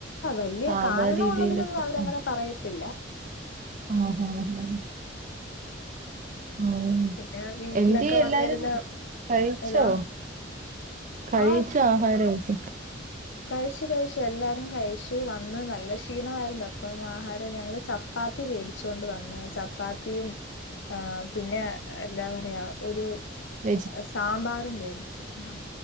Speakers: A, on the left; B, on the right.
A: എന്തേലും
B: സാധാ
A: കാരണം
B: രീതിയിലൊക്കെ
A: ഉള്ളതിനൊന്നും അവരങ്ങനെ
B: ആഹ്
A: പറയത്തില്ല
B: ആഹ് ആഹ് ആഹ് ആഹ്
A: പിന്നെ വീട്ടിലൊക്കെ
B: എന്തിയെ എല്ലാവരും
A: വന്നിരുന്ന്
B: കഴിച്ചോ
A: ഇതാ
B: കഴിച്ചോ
A: ആഹ്
B: ആഹാരം കഴിച്ചു
A: കഴിച്ചു കഴിച്ചു എല്ലാരും കഴിച്ചു വന്ന് നല്ല ക്ഷീണമായിരുന്നു അപ്പം ആഹാരം ഞങ്ങള് ചപ്പാ ചപ്പാത്തി വേടിച്ചോണ്ട് വന്ന് ചപ്പാത്തിയും ആഹ് പിന്നെ എന്താ പറയാ ഒരു-
B: വെജി -
A: സാമ്പാറും മേടിച്ചു ആഹ്